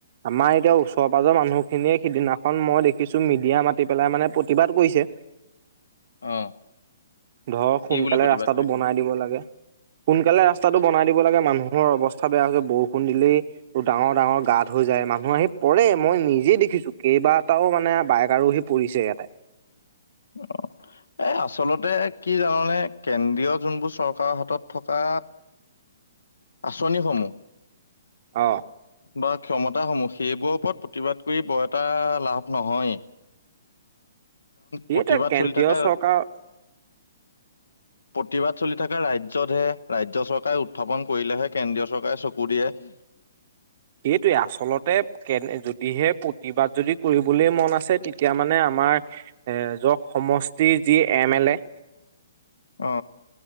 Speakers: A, on the right; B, on the left.
A: আমাৰ এতিয়া ওচৰ পাজৰ মানুহখিনিয়ে সেইদিনাখন মই দেখিছো মিডিয়া মাতি পেলাই মানে প্ৰতিবাদ কৰিছে
B: অ'।
A: ধৰ সোনকালে
B: কি বুলি প্ৰতিবাদ
A: ৰাস্তাটো
B: কৰিছে?
A: বনাই দিব লাগে সোনকালে ৰাস্তাটো
B: আচ্ছা।
A: বনাই দিব লাগে মানুহৰ অৱস্থা বেয়া হৈছে বৰষুণ দিলেই ডাঙৰ ডাঙৰ গাত হৈ যায় মানুহ আহি পৰে মই নিজে দেখিছো কেইবাটাও মানে বাইক আৰুহি পৰিছে ইয়াতে
B: অহ' এ আচলতে কি জানানে কেন্দ্ৰীয় যোনবোৰ চৰকাৰৰ হাতত থকা আচনিসমূহ
A: অ
B: বা ক্ষমতাসমূহ সেইবোৰৰ ওপৰত প্ৰতিবাদ কৰি বৰ এটা লাভ নহয়।
A: সেটোৱে
B: প্ৰতিবাদ
A: কেন্দ্ৰীয়
B: চলি থকা
A: চৰকাৰ
B: প্ৰতিবাদ চলি থাকা ৰাজ্যতহে ৰাজ্য চৰকাৰে উত্থাপন কৰিলেহে কেন্দ্ৰীয় চৰকাৰে চকু দিয়ে।
A: সেইটোৱে আচলতে কেন যদিহে প্ৰতিবাদ যদি কৰিবলৈ মন আছে তেতিয়া মানে আমাৰ এ যক সমষ্টিৰ যি এম এ লে
B: অ।